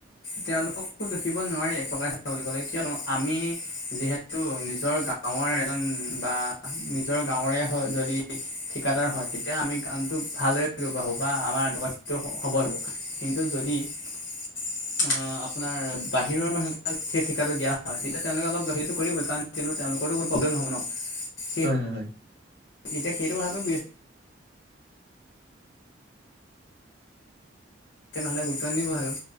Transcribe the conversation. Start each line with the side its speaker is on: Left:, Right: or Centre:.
Left: তেওঁলোককো দেখিব নোৱাৰি এক প্ৰকাৰে বুলি কলে কিয়নো আমি যিহেতু নিজৰ গ গাঁৱৰ এজন বা নিজৰ গাঁৱৰে হয় যদি ঠিকাদাৰ হয় তেতিয়া আমি কামটো ভালদৰে কৰিব পৰা হ'ব বা আমাৰ এনেকুৱা সেইটো সবল হ'ব কিন্তু যদি অ', আপোনাৰ বাহিৰৰ মানুহ তাক সেই ঠিকাটো দিয়া হয় তেতিয়া তেওঁলোকে অলপ গাভৰিটো কৰিবই কাৰণ কিয়নো তেওঁলোকতো কোনো প্ৰব্লেম নহ'ব ন। সেই
Right: হয় হয় হয়
Left: এতিয়া সেইটো কথাটো তেনেহ'লে গোটাই নিব আৰু